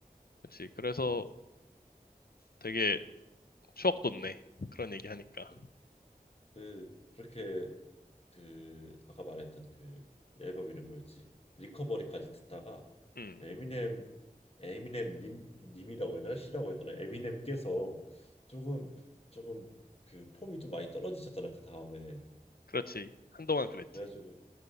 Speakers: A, on the left (about 80°); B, on the left (about 40°).
A: 그렇지. 그래서 되게 추억 돋네. 그런 얘기 하니까.
B: 그, 그- 그렇게 그 아까 말했던 그 앨범 이름 뭐였지? 리커버리까지 듣다가
A: 음.
B: 에미넴 에미넴 님 님이라고 해야 되나? 씨라고 해야 되나? 에미넴께서 조금 조금 그 폼이 좀 많이 떨어지셨잖아 그 다음에
A: 그렇지. 한동안 그랬지.
B: 그래가지고